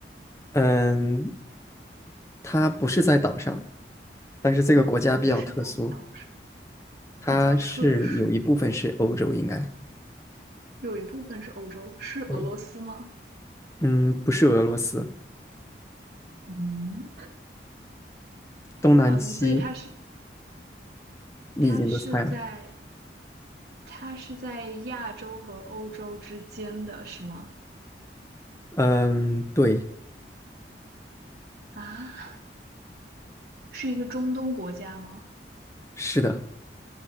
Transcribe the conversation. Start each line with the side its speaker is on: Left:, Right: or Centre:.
Left: 嗯，它不是在岛上，但是这个国家比较特殊，
Right: 不是在岛上，
Left: 它是有一部分是欧洲，
Right: 比较特殊。
Left: 应该，
Right: 有一部分是欧洲，是俄罗斯吗？
Left: 嗯，嗯，不是俄罗斯，
Right: 嗯，
Left: 东南西
Right: 嗯，所以它是
Left: 你已经都猜了，
Right: 它是在它是在亚洲和欧洲之间的，是吗？
Left: 嗯，对，
Right: 啊，是一个中东国家吗？
Left: 是的，